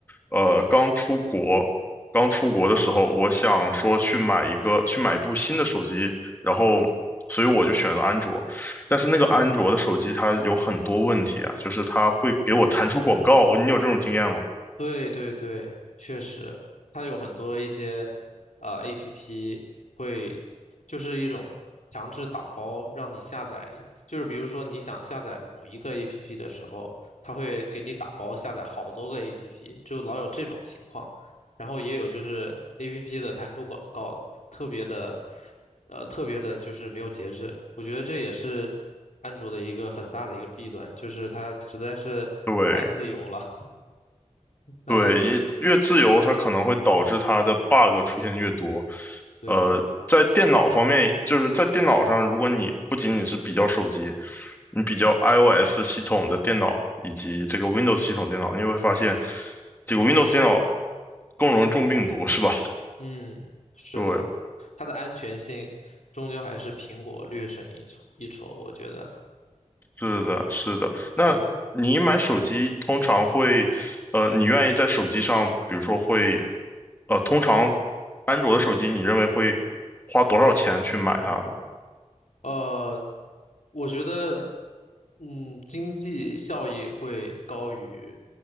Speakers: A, on the left; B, on the left.
A: 呃，刚出国，刚出国的时候，我想说去买一个去买一部新的手机，然后，所以我就选了安卓。但是那个安卓的手机它有很多问题啊，
B: 嗯，
A: 就是它会给我弹出广告，你有这种经验吗？
B: 对对对，确实，它有很多一些呃 APP 会，就是一种强制打包，让你下载，就是比如说你想下载某一个 APP 的时候，它会给你打包下载好多个 APP，就老有这种情况。然后也有就是 APP 的弹出广告，特别的，呃，特别的就是没有节制。我觉得这也是安卓的一个很大的一个弊端，就是它实在是太自由了。
A: 对
B: 嗯，
A: 对，也越自由，它可能会导致它的 bug 出现越多。
B: 对，
A: 呃，在电脑方面，就是在电脑上，如果你不仅仅是比较手机，你比较 iOS 系统的电脑以及这个 Windows 系统电脑，你会发现这个 Windows 电脑更容易中病毒，是吧？
B: 嗯，是的，
A: <laughs> 对，
B: 它的安全性终究还是苹果略胜一筹一筹，我觉得，
A: 是的，是的。那你买手机通常会，
B: 嗯。
A: 呃，你愿意在手机上，比如说会，呃，通常安卓的手机，你认为会花多少钱去买它呢？
B: 呃，我觉得，嗯，经济效益会高于